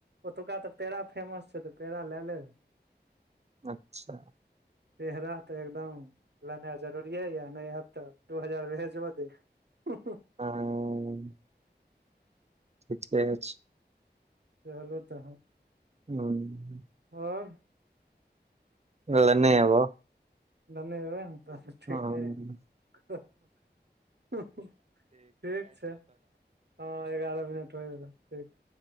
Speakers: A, on the right; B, on the right.
A: ओतुका तऽ पेड़ा फेमस छै तऽ पेड़ा लए लेब
B: अच्छ
A: पेरा तँ एकदम लेनाय जरूुरये य नै हायत तँ दू हजार भेजियो <unintelligible>
B: हँ ठीके छै
A: चलू तहन
B: हूँ
A: <inaudible> और
B: लने एबोउ
A: ननै एबै न तहन ठीके
B: हँ
A: य <unintelligible> ठीक छै <inaudible> हँ एगारह मिनट होइ बला अय ठीक छै